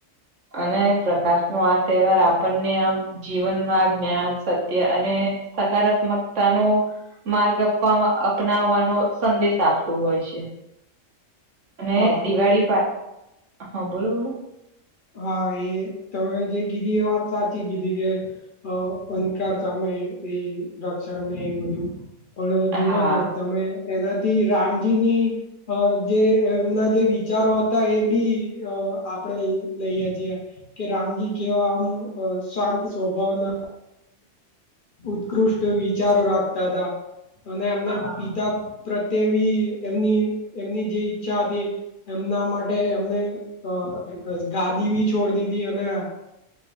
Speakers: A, on the right (about 70°); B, on the left (about 50°).
A: અને પ્રકાશ ન આ તહેવાર આપણને આમ જીવનમાં જ્ઞાન સત્ય અને સકારાત્મકતા નો માર્ગ આપ અપનાવવાનો સંદેશ આપતો હોય છે. અને
B: હા
A: દિવાળી પા હા બોલો બોલો
B: હા એ તમે જે કીધી એ વાત સાચી કીધી કે અ અંધકાર સામે એ રક્ષણને વધુ પણ જુઓને
A: હા
B: તમે એનાથી રામજીની અ જે એમના જે વિચારો હતા એ બી આપડે લઈએ છીએ કે રામજી કેવા આમ શાંત સ્વભાવના ઉત્કૃષ્ટ વિચારો રાખતા હતા અને એમના
A: હા
B: પિતા પ્રત્યે બી એમની એમની જે ઈચ્છા હતી. એમના માટે એમને અ ગાદી બી છોડ દીધી અને અ